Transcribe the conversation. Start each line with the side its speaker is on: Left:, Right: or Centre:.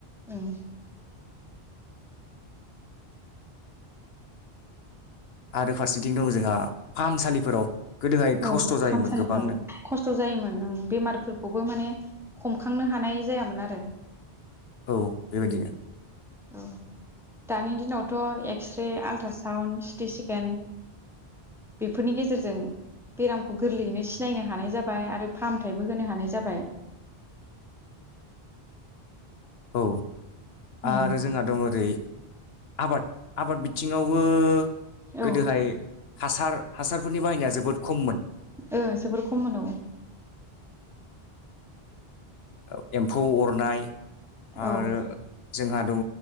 Centre: ओं
Left: आरो फारसेथिं दं जोंहा फाहामसालिफोराव गोदोहाय खस्थ'
Centre: औ फाहामसालिफ्राव
Left: जायोमोन गोबांनो
Centre: खस्थ' जायोमोन ओं बेमारफोरखौबो माने खम खांनो हानाय जायामोन आरो
Left: औ बेबायदिनो
Centre: औ दानि दिनावथ' एक्सरे आलट्रासाउन्ड सिटि स्केन बेफोरनि गेजेरजों बेरामखौ गोरलैयैनो सिनायनो हानाय जाबाय आरो फाहामथायबो होनो हानाय जाबाय
Left: औ
Centre: ओं
Left: आरो जोंहा दं ओरै आबाद आबाद बिथिङावबो
Centre: औ
Left: गोदोहाय हासार हासारफोरनि बाहायनाया जोबोद खममोन
Centre: ओ जोबोर खममोन औ
Left: ओ एम्फौ अरनाय आरो
Centre: औ
Left: जोंहा दङ